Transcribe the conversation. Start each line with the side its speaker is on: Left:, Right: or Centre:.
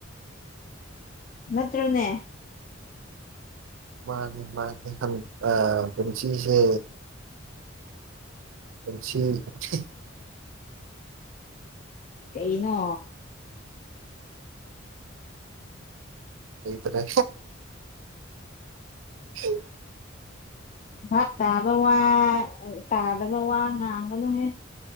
Left: ꯅꯠꯇ꯭ꯔꯅꯦ
Right: ꯃꯥꯅꯦ ꯃꯥꯅꯦ ꯄꯨꯟꯁꯤꯁꯦ ꯁꯤ
Left: ꯀꯩꯅꯣ
Right: ꯑꯩ ꯐꯔ ꯍ
Left: ꯚꯥꯞ ꯇꯥꯕ ꯋꯥ ꯇꯥꯗꯕ ꯋꯥ ꯉꯥꯡꯒꯅꯨꯍꯦ